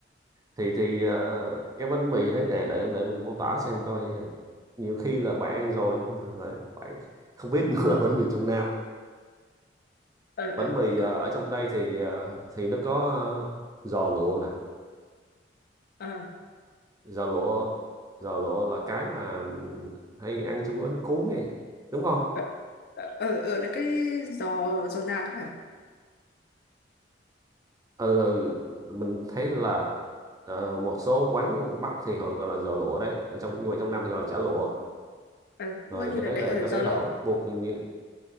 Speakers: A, on the right (about 20°); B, on the left (about 55°).
A: thì thì ờ, cái bánh mì đấy để để để mình mô tả xem coi ờ, nhiều khi là bạn ăn rồi nhưng mà lại bạn không biết <laughs> nó là bánh mì Trung Nam
B: ờ
A: bánh
B: ờ
A: mì
B: còn
A: ờ,
B: còn-
A: ở trong đây thì ờ, thì nó có ờ, giò lụa nè
B: à,
A: giò lụa giò lụa là cái mà ừm, hay ăn chung với bánh cuốn ấy đúng không
B: ờ ờ ờ, ờ, là cái giò giò nạc hả
A: ừ, ừ, mình thấy là ờ, một số quán Bắc thì họ gọi là giò lụa đấy ở trong nhưng mà trong Nam thì gọi là chả lụa
B: ờ
A: rồi
B: coi như
A: cái
B: là
A: đấy
B: đấy
A: là
B: ở
A: cái
B: giò
A: đấy
B: lộn
A: là vào Bắc buộc gần như